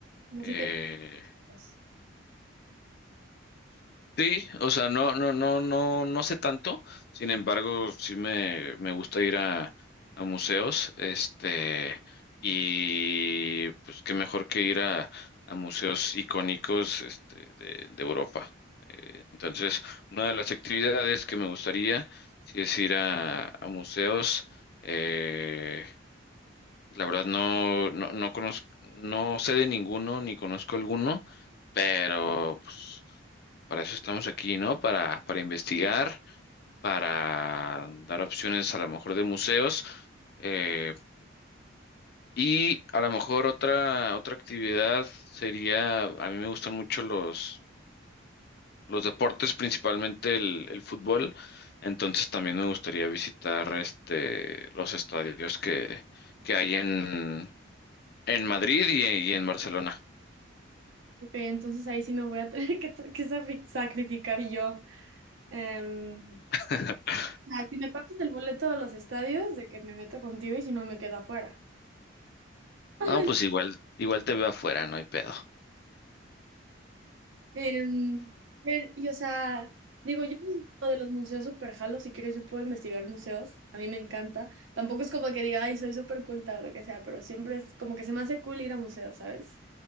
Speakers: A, on the right (about 75°); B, on the left (about 50°).
A: Como
B: Eh,
A: si te- pues,
B: Sí, o sea, no, no, no, no, no sé tanto. Sin embargo, sí me, me gusta ir a, a museos, este, y pues qué mejor que ir a, a museos icónicos, este, de, de Europa. Eh, entonces, una de las actividades que me gustaría, sí es ir a, a museos. Eh, la verdad no, no, no conozco, no sé de ninguno, ni conozco alguno, pero pues, para eso estamos aquí, ¿no? Para, para investigar, para dar opciones a lo mejor de museos. eh, y a lo mejor otra, otra actividad sería, a mí me gustan mucho los, los deportes, principalmente el, el fútbol. Entonces también me gustaría visitar este, los estadios que, que hay en, en Madrid y, y en Barcelona.
A: Ok, entonces ahí sí me voy a <laughs> tener que, que safri- sacrificar yo. Em,
B: <laughs>
A: ah, si me pagas el boleto de los estadios, de que me meto contigo y si no me quedo afuera. <laughs>
B: No, pues igual, igual te veo afuera, no hay pedo.
A: Em, ver, y o sea, digo, yo no sé lo de los museos super jalo, si quieres yo puedo investigar museos, a mí me encanta. Tampoco es como que diga, ay, soy súper culta o lo que sea, pero siempre es como que se me hace cool ir a museos, ¿sabes?